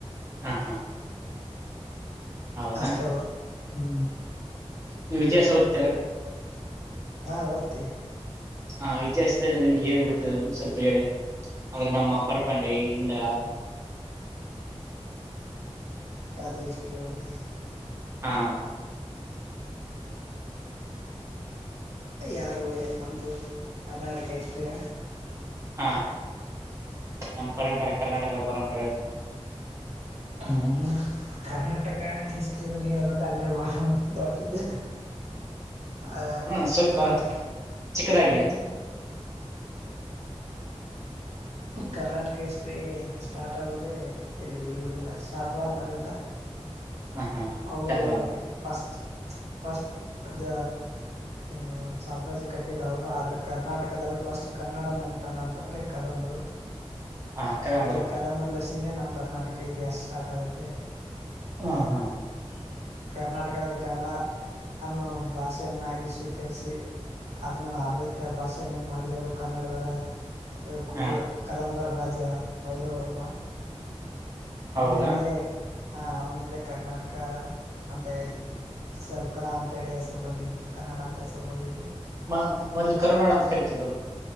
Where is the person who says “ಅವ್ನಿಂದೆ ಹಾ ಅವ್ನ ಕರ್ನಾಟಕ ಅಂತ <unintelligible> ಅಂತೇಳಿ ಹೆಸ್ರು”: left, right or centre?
Right